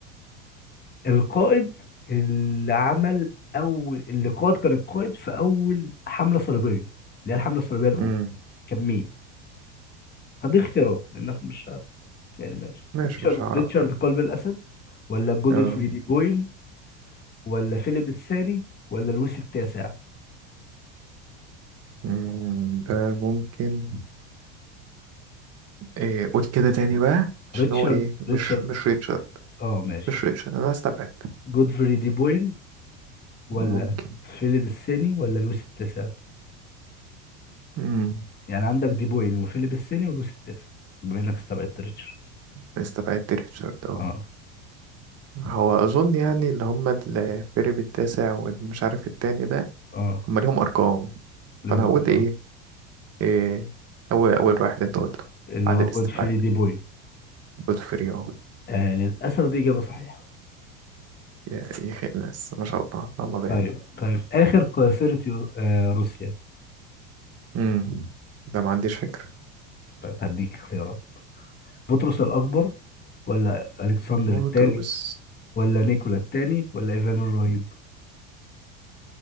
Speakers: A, on the left; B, on the right.
A: القائد اللي عمل اول اللي قائد كان القائد في اول حملة صليبية اللي هي الحملة الصليبية الاولى
B: امم
A: كان مين؟ هديك اختيارات لانك مش هت... يعني ماشي
B: ماشي
A: ريتشارد
B: مش هعرفها
A: ريتشارد
B: ده
A: قلب الاسد ولا جودفري
B: اه
A: دي بويل ولا فيليب الثاني ولا لويس التاسع
B: مم، ده ممكن إيه قول كده تاني بقى عشان
A: ريتشارد
B: هو ايه
A: ريتشارد
B: مش مش ريتشارد
A: اه ماشي
B: مش ريتشارد انا استبعدت
A: جودفري دي بوين ولا
B: ممكن
A: فيليب الثاني ولا لويس التاسع
B: امم
A: يعني عندك دي بوين وفيليب الثاني ولويس التاسع بما انك استبعدت ريتشارد
B: استبعدت ريتشارد اهو
A: اه
B: هو أظن يعني اللي هم الفريق التاسع والمش عارف التاني ده
A: اه
B: هم ليهم أرقام
A: اللي
B: فأنا
A: هو
B: هقول
A: آه.
B: إيه, إيه أول أول واحد أنت قلته
A: اللي
B: بعد
A: هو
B: الاستبعاد
A: جودفري دي بوين
B: جود فور يو
A: آه للاسف دي اجابه صحيحه
B: يا يا أخي الناس ما شاء الله الله بارك
A: طيب طيب اخر قيصرة يو- آه روسيا
B: امم ده ما عنديش فكرة
A: طيب هديك اختيارات بطرس الاكبر ولا الكسندر
B: موتروس
A: الثاني ولا نيكولا الثاني ولا ايفان الرهيب